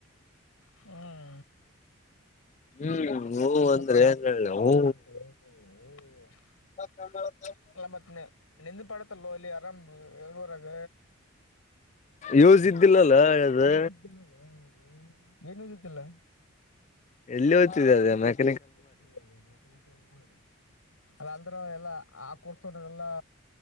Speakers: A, on the left; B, on the left.
A: ಹ್ಮ್ <unintelligible>
B: ಹ್ಮ್ ಹೂ
A: ಮತ್ತ
B: ಅಂದ್ರೆ ಏನ್
A: ನೋ <unintelligible>
B: ಹೇಳ ಹೂ
A: ಒಂದ ಓ <unintelligible>
B: <unintelligible>
A: ಅಲ್ಲ ಮತ್ತೆ ನೆಂದ ಪಡತಲೋ ಅಲ್ಲಿ ಅರಾಮ ಬೆಂಗಳೂರಾಗ
B: ಯೂಸ್ ಇದ್ದಿಲ್ಲಲ್ಲ
A: <unintelligible>
B: ಅದು
A: <unintelligible> ಏನು ಯೂಸ್ ಇತ್ತಿಲ್ಲ
B: ಎಲ್ಲಿ ಓದ್ತಿದೆ ಅ <unintelligible> <unintelligible>
A: ಎಲ್ಲತ ಅದ ಮಕನ ಕಲ್ ಮಾಡಿ ಅಲ್ಲ ಅಂದ್ರ ಎಲ್ಲಾ ಆ ಕೂ <unintelligible> ಎಲ್ಲಾ